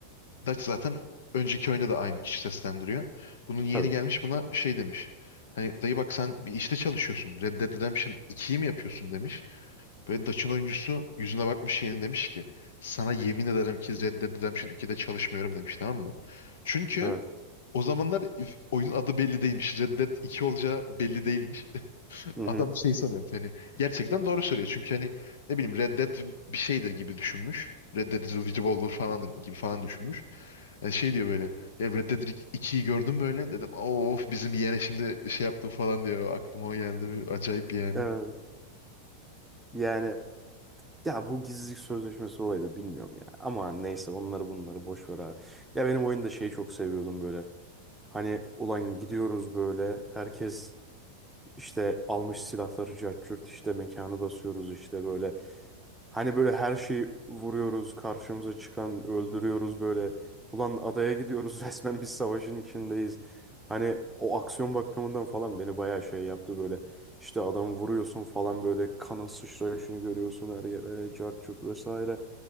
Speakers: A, on the left; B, in the centre.
A: Dutch zaten önceki oyunda da aynı kişi seslendiriyor. Bunun yeğeni
B: Tabii.
A: gelmiş buna şey demiş. Hani dayı bak sen bir işte çalışıyorsun. Red Dead Redemption ikiyi mi yapıyorsun demiş. Böyle Dutch'ın oyuncusu yüzüne bakmış yeğenin demiş ki sana yemin ederim ki Red Dead Redemption 2'de çalışmıyorum demiş tamam mı? Çünkü
B: Evet.
A: o zamanlar if- oyunun adı belli değilmiş. Red Dead iki olacağı belli değilmiş. <laughs>
B: Hı hı.
A: Adam şey sanıyormuş hani gerçekten doğru söylüyor. Çünkü hani ne bileyim Red Dead bir şeydir gibi düşünmüş. Red Dead Revolver falan gibi falan düşünmüş. Yani şey diyor böyle "Ya Red Dead ikiyi gördüm böyle dedim of bizim yeğene şimdi şey yaptım falan diyor. Aklıma o geldi acayip yani.
B: Evet. Yani ya bu gizlilik sözleşmesi olayı da bilmiyorum ya. Ama neyse onları bunları boş ver abi. Ya benim oyunda şeyi çok seviyordum böyle. Hani ulan gidiyoruz böyle herkes işte almış silahları cart curt, işte mekanı basıyoruz işte böyle. Hani böyle her şeyi vuruyoruz karşımıza çıkan öldürüyoruz böyle. Ulan adaya gidiyoruz <laughs> resmen biz savaşın içindeyiz. Hani o aksiyon bakımından falan beni bayağı şey yaptı böyle. İşte adamı vuruyorsun falan böyle kanın sıçrayışını görüyorsun her yere cart curt vesaire.